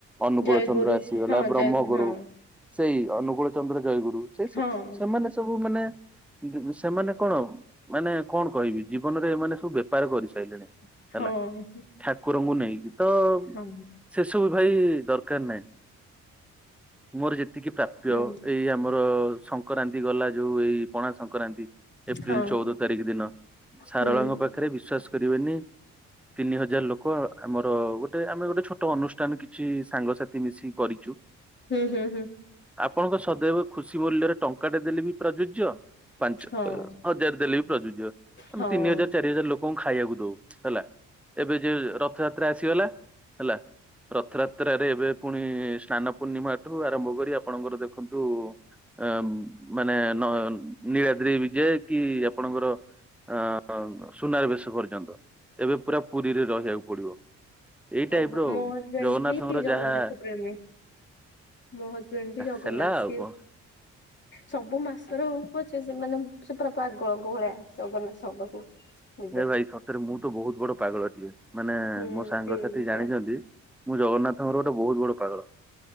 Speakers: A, in the centre; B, on the left.
A: ଅନୁକୂଳ
B: ଜୟଗୁରୁ
A: ଚନ୍ଦ୍ର ଆସିଗଲା,
B: ହଁ
A: ବ୍ରହ୍ମଗୁରୁ।
B: ଜୟଗୁରୁ ହଁ
A: ସେଇ ଅନୁଗୂଳୁ ଚନ୍ଦ୍ର ଜୟଗୁରୁ ସେଇ
B: ହଁ
A: ସବୁ ସେମାନେ ସବୁ ମାନେ ସେମାନେ କଣ ମାନେ କଣ କହିବି ଜୀବନରେ ଏମାନେ ସବୁ ବେପାର କରିସାରିଲେଣି।
B: ହଁ।
A: ହେଲା ଠାକୁରଙ୍କୁ ନେଇକି ତ
B: ହଁ
A: ସେସବୁ ଭାଇ ଦରକାର ନାହିଁ। ମୋର ଯେତିକି ପ୍ରାପ୍ୟ
B: ହୁଁ
A: ଏଇ ଆମର ସଂକ୍ରାନ୍ତି ଗଲା ଯୋଉ ଏଇ ପଣା ସଂକ୍ରାନ୍ତି। ଏପ୍ରିଲ
B: ହଁ
A: ଚଉଦ ତାରିଖ ଦିନ ସାରଳାଙ୍କ
B: ହୁଁ
A: ପାଖରେ ବିଶ୍ୱାସ କରିବେନି। ତିନି ହଜାର ଲୋକ ଆମର ଗୋଟେ ଆମେ ଗୋଟେ ଛୋଟ ଅନୁଷ୍ଠାନ କିଛି ସାଙ୍ଗସାଥି ମିଶି କରିଚୁ।
B: ହୁଁ ହୁଁ ହୁଁ।
A: ଆପଣଙ୍କ ସଦୈବ ଖୁସି ବୋଲି ଧରେ ଟଙ୍କାଟେ ଦେଲେ ବି ପ୍ରଯୁଜ୍ୟ। ପାଞ୍ଚ
B: ହଁ
A: ହଜାର ଦେଲେ ବି ପ୍ରଯୁଜ୍ୟ, ଆମେ
B: ହଁ
A: ତିନି ହଜାର ଚାରି ହଜାର ଲୋକଙ୍କୁ ଖାଇବାକୁ ଦଉ ହେଲା। ଏବେ ଯେ ରଥଯାତ୍ରା ଆସିଗଲା ହେଲା। ରଥଯାତ୍ରାରେ ଏବେ ପୁଣି ସ୍ନାନ ପୂର୍ଣ୍ଣିମାଠୁ ଆରମ୍ଭ କରି ଆପଣଙ୍କର ଦେଖନ୍ତୁ ଅ ମାନେ ନ ନୀଳାଦ୍ରି ବିଜେ କି ଆପଣଙ୍କର ଅ ସୁନାରବେଶ ପର୍ଯ୍ୟନ୍ତ ଏବେ ପୁରା ପୁରୀରେ ରହିବାକୁ ପଡିବ। ଏଇ ଟାଇପ
B: ଓ
A: ର ଆଉ।
B: ମୋ ହଜବେଣ୍ଡ
A: ଜଗନ୍ନାଥଙ୍କର
B: ବି ଜଗନ୍ନାଥପ୍ରେମୀ।
A: ଯାହା
B: ମୋ ହଜବେଣ୍ଡ ବି ଜଗନ୍ନାଥ
A: ହେଲା ଆଉ
B: ସିଏ
A: କଣ।
B: ସବୁ ମାସର ହଉପଛେ ମାନେ ସେ ପୁରା ପାଗଳଙ୍କ ଭଳିଆ ଅଛି ଜଗନ୍ନାଥ ଙ୍କ ପାଖକୁ ଯିବେ।
A: ହେ ଭାଇ ସତରେ ମୁଁ ତ ବହୁତ ବଡ ପାଗଳଟିଏ। ମାନେ
B: ହୁଁ
A: ମୋ ସାଙ୍ଗସାଥି
B: ସେଇ ସେୟା।
A: ଜାଣିଛନ୍ତି ମୁଁ ଜଗନ୍ନାଥଙ୍କର ଗୋଟେ ବହୁତ ବଡ ପାଗଳ।